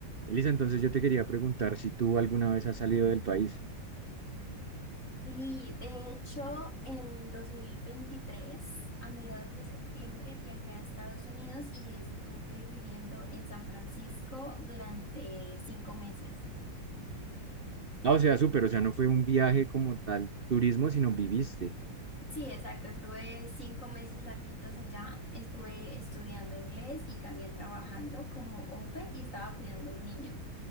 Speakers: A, on the right; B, on the left.
A: Elisa, entonces yo te quería preguntar si tú alguna vez has salido del país.
B: Sí, de hecho, en 2023, a mediados de septiembre, viajé a Estados Unidos y estuve viviendo en San Francisco durante cinco meses.
A: Ah, o sea, súper, o sea, no fue un viaje como tal, turismo, sino viviste.
B: Sí, exacto, estuve cinco meses larguitos allá, estuve estudiando inglés y también trabajando como au pair y estaba cuidando a un niño.